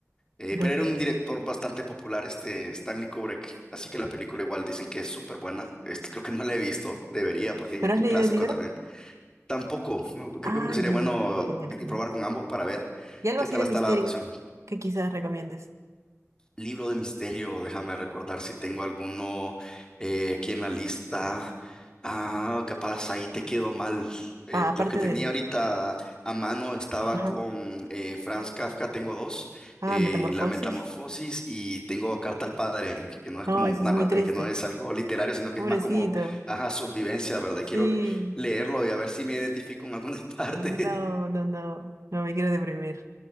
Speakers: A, on the left; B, on the right.
A: eh,
B: Entonces,
A: pero era un director bastante popular, este Stanley Kubrick, así que la película igual dicen que es súper buena, este, creo que no la he visto, debería, porque
B: ¿pero
A: ya es
B: has
A: un
B: leído
A: clásico
B: el libro?
A: también. Tampoco, no, creo
B: Ah,
A: que sería
B: ya,
A: bueno
B: ya, ya. Genial, genial.
A: probar con ambos para ver
B: ¿Y algo
A: qué
B: así
A: tal
B: de
A: está
B: misterio
A: la adaptación.
B: que quizás recomiendes?
A: Libro de misterio, déjame recordar si tengo alguno eh, aquí en la lista. Ah, capaz ahí te quedó mal. En
B: Ah, aparte
A: los que tenía
B: del...
A: ahorita a mano estaba
B: Ajá.
A: con eh, Franz Kafka, tengo dos,
B: Ah,
A: eh,
B: Metamorfosis.
A: La Metamorfosis y tengo Carta al Padre, que no es
B: No,
A: como
B: eso
A: narra-
B: es muy triste.
A: eh, que no es algo literario, sino que
B: Pobrecito.
A: es más como, ajá, su vivencia, ¿verdad? Y
B: Sí.
A: Quiero leerlo y a ver si me identifico en alguna <laughs> parte.
B: No, no, no. No me quiero deprimir.